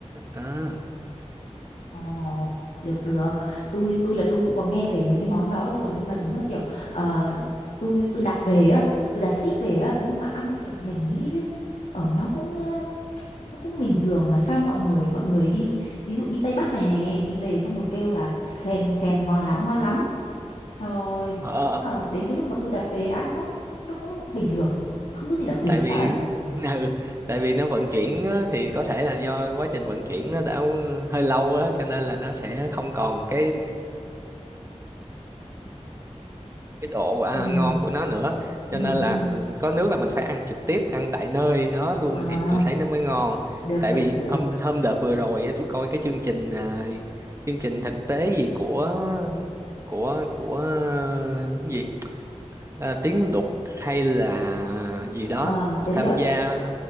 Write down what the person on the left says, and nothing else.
Ờ, được được tôi tôi là tôi cũng có nghe về mấy cái món đó rồi nhưng mà đúng là kiểu ờ, tôi tôi đặt về á tôi đặt ship về á nhưng mà ăn kiểu mình nghĩ chứ ở nó cũng ờ, nó cũng bình thường mà sao mọi người mọi người đi ví dụ đi Tây Bắc này nè đi về xong rồi kêu là khen khen ngon lắm ngon lắm trời ơi,
nhưng mà đến cái lúc mà tôi đặt về ăn nó nó cũng bình thường không có gì đặc biệt
cả
ừ
ừ
ừ
à,
được
được
được
Ờ, tế
luật